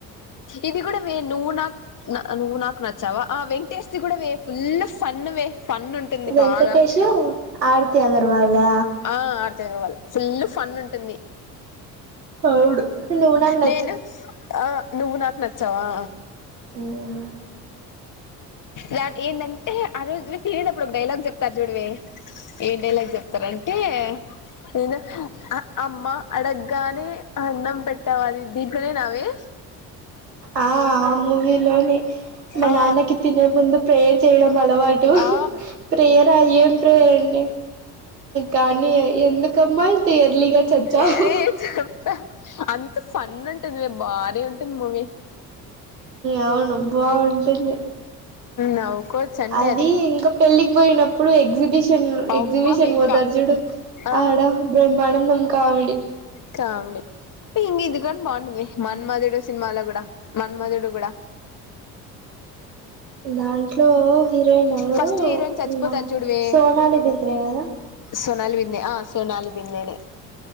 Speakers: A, on the left; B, on the right.
A: ఇది కూడావె నువ్వు నాకు నువ్వు నాకు నచ్చావా ఆ వెంకటేష్ది కూడా వే ఫుల్ ఫన్ వే ఫన్ ఉంటుంది
B: వెంకటేషు
A: బాగా <inaudible>
B: ఆర్తి అగర్వాల్దా
A: ఆ ఆర్థిఅగర్వాల్ ఫుల్ ఫన్ ఉంటుంది
B: అవుడు నువ్వు నాకు
A: నెను ఆ నువ్వు నాక్ నచ్చవా
B: నచ్చావు
A: నాకేంటంటే అ రోజు <unintelligible> ప్పుడు ఒక డైలాగ్ చెప్తారు చూడవే ఏ డైలాగ్ చెప్తారె టే ఏందొ అ అమ్మ అడగ్గానే అన్నం పెట్టవాల్లి దీంట్లనేనా వే
B: ఆ ఆమూవీలోనే మా
A: ఆ
B: నాన్నకి తినే ముందు ప్రేయర్ చేయడం అలవాటు
A: ఆ
B: ప్రేయర్ ఆ ఏం ప్రేయర్ అండి కానీ ఎందుకమ్మా ఇంత ఎర్లీగా చచ్చావు
A: ఎఏ చెప్ అంత ఫన్ ఉంటుందివే భారీ ఉంటుంది మూవీ
B: అవును బావుం టుంది
A: నవ్వుకోవచ్చు అంటే
B: అది ఇంకా పెళ్ళికి పోయిన ప్పుడు ఎగ్జిబిషన్
A: అబ్బా
B: ఎగ్జిబిషన్‌కి
A: ఇంకా
B: పోతారు చూడు
A: ఆ
B: ఆడ బ్రహ్మానందం కామెడీ
A: కామిడి మన్మధుడు సినిమాలో గూడా మన్మధుడు గూడా
B: దాంట్లో హీరోయిన్ ఎవ్వరు
A: ఫస్ట్ హీరోయిన్ చచ్చిపోతది
B: ఈమా
A: చూడవే
B: సోనాలి బింద్రే కదా
A: సోనాలి బిందే ఆ సోనాలి బిందేనే